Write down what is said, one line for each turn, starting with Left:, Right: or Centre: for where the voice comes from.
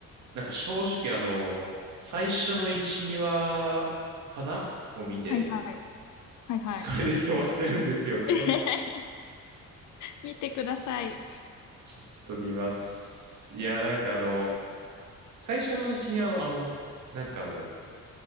Right: なんか正直あの、最初の1、2話かなを見て、
Left: はいはい。はいはい。
Right: それで <laughs> 止まってるんですよね。
Left: <laughs> 見てください。
Right: <laughs> ちょっと見ます。いや、なんかあの、最初の1、2話のあの、なんかあの、